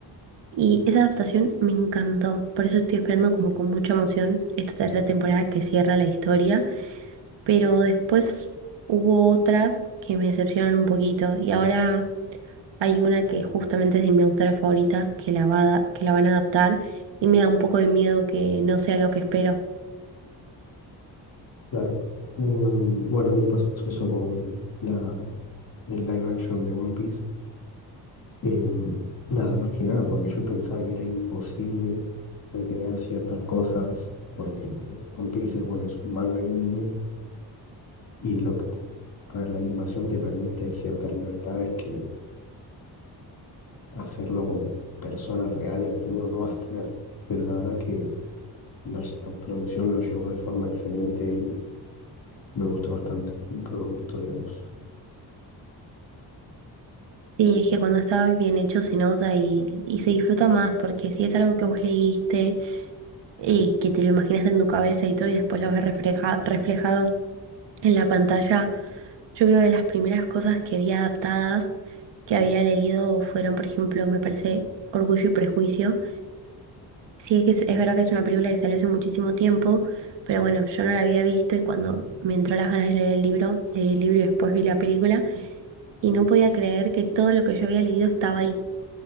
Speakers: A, on the right; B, on the left.
A: Y esa adaptación me encantó, por eso estoy esperando como con mucha emoción esta tercera temporada que cierra la historia, pero después hubo otras que me decepcionaron un poquito y ahora Hay una que justamente es de mi autora favorita, que la va a que la van a adaptar, y me da un poco de miedo que no sea lo que espero.
B: claro. Em, bueno, a mí me pasó eso con la, el live action de One Piece. Em, nada, más que nada porque yo pensaba que era imposible recrear ciertas cosas porque One Piece es, bueno, es un manga y un anime. Y lo que, a ver, la animación te permite ciertas libertades que hacerlo con personas reales, no, no vas a tener. Pero la verdad que la, la producción lo llevó de forma excelente y me gustó bastante el producto, digamos.
A: Y es que cuando está bien hecho se nota y, y se disfruta más, porque si es algo que vos leíste, eh, que te lo imaginaste en tu cabeza y todo, y después lo ves refleja- reflejado en la pantalla, yo creo que las primeras cosas que vi adaptadas, que había leído, fueron, por ejemplo, me parece Orgullo y Prejuicio Sí, que es, es verdad que es una película que salió hace muchísimo tiempo, pero bueno, yo no la había visto y cuando me entró las ganas de leer el libro, leí el libro y después vi la película y no podía creer que todo lo que yo había leído estaba ahí.